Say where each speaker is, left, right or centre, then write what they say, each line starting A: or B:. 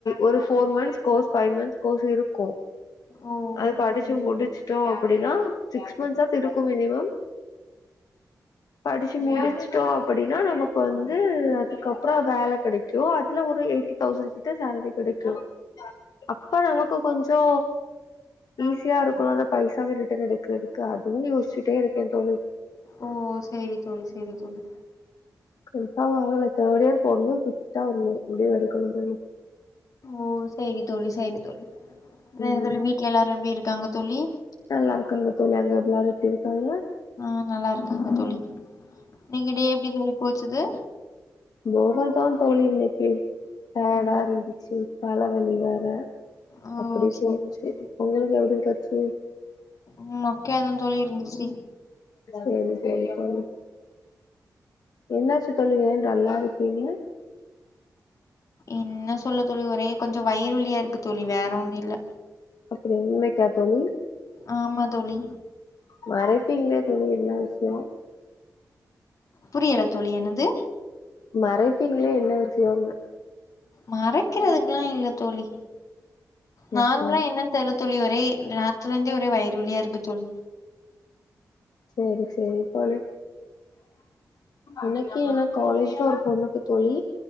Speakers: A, on the left; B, on the left.
A: ஒரு four months course five months course இருக்கு
B: ஓ
A: அது படிச்சு
B: சரி
A: முடிச்சு
B: தோழி
A: ட்டோ அப்டின்னா சிக்ஸ் மந்த்ஸாது இருக்கு மினிமம் படிச்சு முடிச்சிட்டோ அப்படின்னா நமக்கு வந்து அதுக்கப் ப்றோ வேல கெடைக்கு அதுல ஒரு எய்ட்டி தௌசண்ட் கிட்ட சேலரி கெடைக்கு அப்ப நமக்கு கொஞ்சோ ஈஸியா இருக்குல அது பைசாவ ரிட்டர்ன் எடுக்கிறதுக்கு அதுவு யோஸ்ச்சிட்டே இருக்க தோழி
B: ஓ சேரி தோழி சேரி தோழி
A: கன்ஃபார்ம் ஆகல தேர்ட் இயர் போனது பிக்ஸ்டா ஒரு முடி முடிவு எடுக்கணு தோழி
B: ஓ சேரி தோழி சேரி தோழி அப்றோ
A: ம்
B: என்ன தோழி வீட் ல எல்லாரு எப்டி இருக்காங்க தோழி
A: நல்லா இருக்காங்க தோழி அங்க எல்லாரு எப்டி இருக்காங்க
B: ஆ நல்லா இருக்காங்க தோழி இன்னிக்கி டே எப்டி தோழி போச்சுது
A: போகல் தா தோழி இன்னைக்கி டய்டா
B: ம்.
A: இருந்து சி தல வலி வேற
B: ஓ
A: அப்டி
B: சரி
A: போச்சு
B: தோழி
A: உங்களுக்கு எப்டி போச்சு
B: ம் மொக்கயாதா தோழி இருந்துச்சி
A: சேரி சேரி தோழி என்னாச்சு தோழி ஏ டல்லா இருக்கீங்க
B: என்ன சொல்ல தோழி ஒரே கொஞ்சோ வயிறு வலியா இருக்கு தோழி வேற ஒன்னு இல்ல
A: அப்டி இன்னைக்கா தோழி
B: ஆமா தோழி
A: மறைப்பீங்க தோழி என்ன விஷ்யோ
B: புரியல தோழி என்னது
A: மறைப்பீங்ளே என்ன விஷயோன்ன
B: மறைக்கிறதுக்குலா இல்ல தோழி நார்மலா
A: ஓகே
B: என்னன் தெர்ல தோழி ஒரே நத்துல இருந்தே ஒரே வயிறு வலியா இருக்கு தோழி
A: சேரி சேரி தோழி இன்னைக்கி என்ன காலேஜ்ல ஒரு பொண்ணுக்கு தோழி